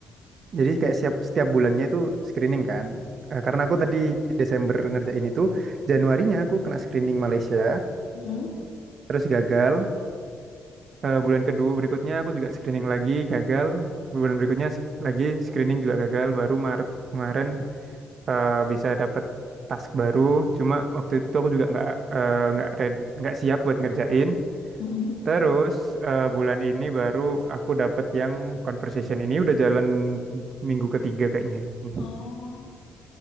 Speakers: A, on the right; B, on the left.
A: Jadi kayak setiap setiap bulannya itu screening kan. Eh, karena aku tadi Desember ngerjain itu, Januarinya aku kena screening Malaysia,
B: Hmm.
A: terus gagal. Eh, bulan kedua berikutnya aku juga screening lagi, gagal. Bulan berikutnya sk- lagi screening juga gagal. Baru Maret kemarin eh, bisa dapet task baru. Cuma waktu itu aku juga nggak eh, nggak red- nggak siap buat ngerjain.
B: Mm-mm.
A: Terus eh, bulan ini baru aku dapet yang conversation ini udah jalan minggu ketiga kayaknya. Nih.
B: Oh.